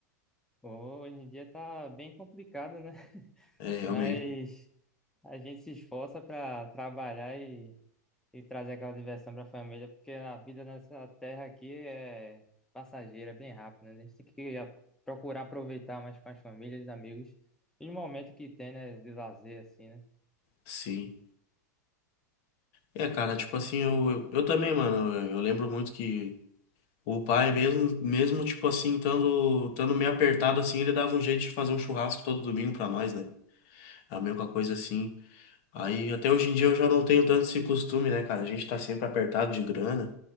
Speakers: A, in the centre; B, on the left.
A: Hoje em dia tá bem complicado, né? <laughs>
B: É, realmente,
A: Mas a gente se esforça pra trabalhar e trazer aquela diversão para a família, porque a vida nessa terra aqui é passageira, é bem rápida, né? A gente tem que a- procurar aproveitar mais com as famílias, os amigos, e o momento que tem, né, de lazer, assim, né?
B: sim. É, cara, tipo assim, eu, eu, eu também, mano, eu, eu lembro muito que o pai, mesmo, mesmo tipo assim, estando estando meio apertado assim, ele dava um jeito de fazer um churrasco todo domingo pra nós, né? A mesma coisa assim. Aí até hoje em dia eu já não tenho tanto esse costume, né, cara? A gente tá sempre apertado de grana,